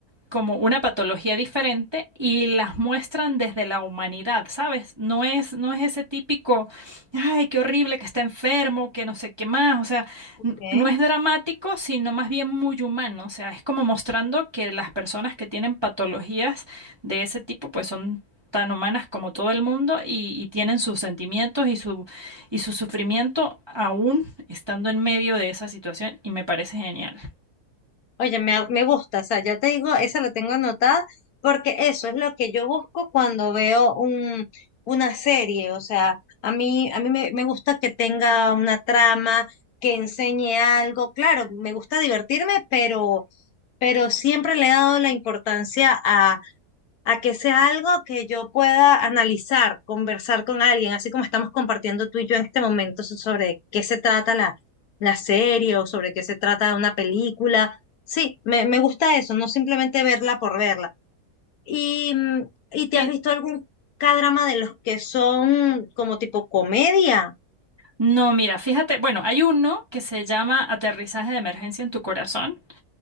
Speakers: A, on the right; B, on the left.
A: como una patología diferente y las muestran desde la humanidad, ¿sabes? No es, no es ese típico, ay, qué horrible que está enfermo, que no sé qué más, o sea,
B: ¿ok?
A: n- no es dramático, sino más bien muy humano, o sea, es como mostrando que las personas que tienen patologías de ese tipo, pues son tan humanas como todo el mundo y, y tienen sus sentimientos y su, y su sufrimiento aún estando en medio de esa situación y me parece genial.
B: Oye, me, me gusta, o sea, ya te digo, esa la tengo anotada porque eso es lo que yo busco cuando veo un, una serie, o sea, a mí, a mí me, me gusta que tenga una trama, que enseñe algo, claro, me gusta divertirme, pero, pero siempre le he dado la importancia a, a que sea algo que yo pueda analizar, conversar con alguien, así como estamos compartiendo tú y yo en este momento so- sobre qué se trata la, la serie o sobre qué se trata una película. Sí, me, me gusta eso, no simplemente verla por verla. ¿Y, mm, ¿y te
A: sí
B: has visto algún K-drama de los que son como tipo comedia?
A: No, mira, fíjate, bueno, hay uno que se llama Aterrizaje de Emergencia en tu Corazón.